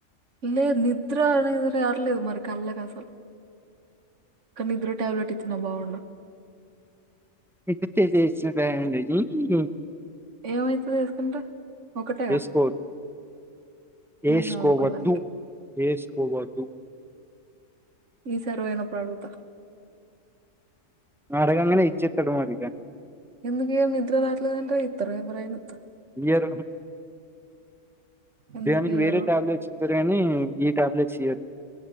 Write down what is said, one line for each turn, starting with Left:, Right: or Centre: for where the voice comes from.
Right: లేదు నిద్ర అనేది రాట్లేదు మరి కళ్ళకి అసలు కానీ నిద్ర టాబ్లెట్ ఇచ్చిన బాగుండు
Centre: మెడిటేషన్ రాయండి ఊ
Right: ఏమైతదో ఏసుకుంట ఒకటేగా
Centre: వేసుకో వేసుకోవద్దు
Right: ఏం కాదు ఒకదానికి
Centre: వేసుకోవద్దు
Right: ఈసారి పోయినప్పుడు అడుగుతా
Centre: అడగలనే ఇచ్చేత్తడు మరి ఇగ
Right: ఎందుకు ఇయ్య నిద్ర రాట్లేదంటే ఇత్తరు ఎవరైనా
Centre: ఇయ్యరు
Right: ఎందుకు
Centre: దేనికి
Right: ఇయ్యరు
Centre: వేరే టాబ్లెట్స్ ఇస్తరు కానీ ఈ టాబ్లెట్స్ ఇయ్యరు